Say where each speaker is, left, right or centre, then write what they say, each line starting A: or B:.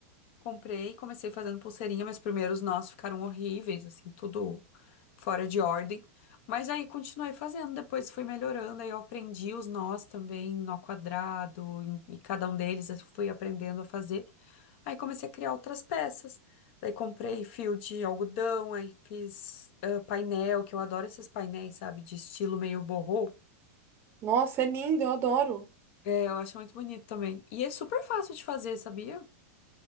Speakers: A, on the left; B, on the right.
A: Comprei, comecei fazendo pulseirinha, meus primeiros nós ficaram horríveis, assim, tudo fora de ordem. Mas aí continuei fazendo, depois fui melhorando, aí eu aprendi os nós também, nó quadrado, em- e cada um deles eu fui aprendendo a fazer. Aí comecei a criar outras peças. Daí comprei fio de algodão, aí fiz ah, painel, que eu adoro esses painéis, sabe, de estilo meio boho.
B: Nossa, é lindo, eu adoro.
A: É, eu acho muito bonito também. E é super fácil de fazer, sabia?